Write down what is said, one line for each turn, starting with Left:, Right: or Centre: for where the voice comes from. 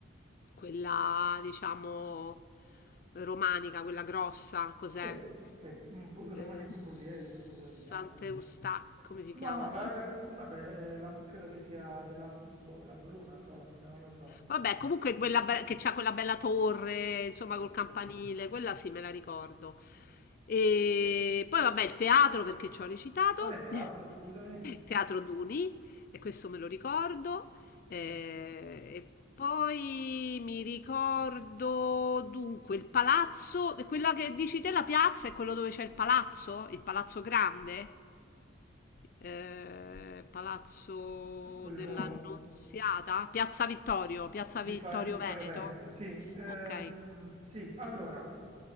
Left: quella diciamo romanica, quella grossa, cos'è?
Right: sì, sì, un pu-
Left: Eh,
Right: romanico
Left: Sant'Eustachio,
Right: pugliese, una cosa del genere, sì.
Left: come si chiama?
Right: No, no, la- la- vabbè, eh, la- credo che sia della boh, la Bruna, forse, non lo so.
Left: Vabbè, comunque
Right: Mm,
Left: quella be- che c'ha quella bella torre, insomma,
Right: Sì,
Left: col campanile,
Right: sì.
Left: quella sì, me la ricordo. E poi vabbè, il teatro perché ci ho recitato,
Right: Quale teatro,
Left: <laughs>
Right: scusami?
Left: Teatro Duni, e questo me lo ricordo. Eh,
Right: Ok.
Left: e poi mi ricordo dunque il palazzo, quella che dici te la piazza è quello dove c'è il palazzo, il palazzo grande? eh, Palazzo
Right: Quello...
Left: dell'Annunziata, Piazza Vittorio, Piazza
Right: Vittor-
Left: Vittorio
Right: Vittorio
Left: Veneto.
Right: Veneto, sì, ehm,
Left: Ok.
Right: sì, allora,